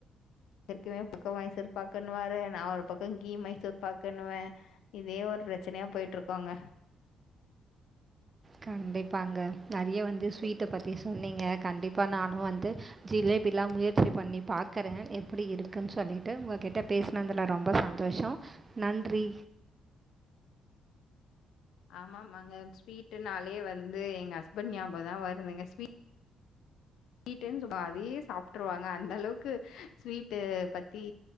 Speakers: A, on the left; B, on the right.
A: ர்க்குமே பக்கோ மைசூர் பாக்குன்ணுவாரு நா ஒரு பக்கோ கீ மைசூர் பாக்குன்ணுவே இதே ஒரு பிரச்சனையா போயிட்ருக்கோங்க
B: கண்டிப்பாங்க நறைய வந்து ஸ்வீட்ட பத்தி சொன்னீங்க கண்டிப்பா நானு வந்து ஜிலேபிலா முயற்சி பண்ணி பார்க்கற எப்டி இருக்குன் சொல்லிட்டு உங்க கிட்ட பேச னதுல ரொம்ப சந்தோஷோ நன்றி
A: ஆமாமாங்க ஸ்வீட்டு நாலே வந்து எங்க ஹஸ்பண்ட் ஞாபக தா வருதுங்க ஸ்வீட் ஸ்வீட்ன் சும்மா அதே சாப்ட்டுருவாங்க அந்த அளவுக்கு ஸ்வீட்டு பத்தி